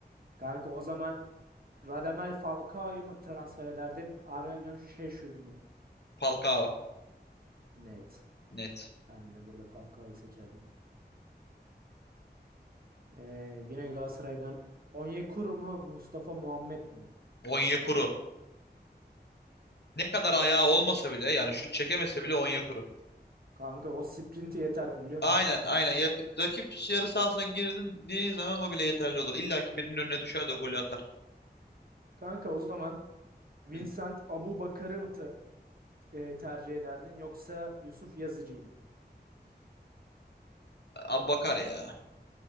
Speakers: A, on the right; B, on the left.
A: Kanka o zaman Radamel Falcao'yu mu transfer ederdin? Aurelien Şeşu'yu mu?
B: Falcao
A: Net.
B: net.
A: Ben de burada Falcao'yu seçerdim. Ee, yine Galatasaray'dan Onyekuru mu Mustafa Muhammed mi?
B: Onyekuru. Ne kadar ayağı olmasa bile yani şut çekemese bile Onyekuru.
A: Kanka o sprinti yeter biliyor
B: Aynen
A: musun?
B: aynen. Yak- rakip yarı sahasına girdiği zaman o bile yeterli olur. İlla ki birinin önüne düşer de o golü atar.
A: Kanka o zaman Vincent
B: Hı.
A: Abubakar'ı mı tra- e, tercih ederdin yoksa Yusuf Yazıcı'yı mı?
B: Abbakar ya.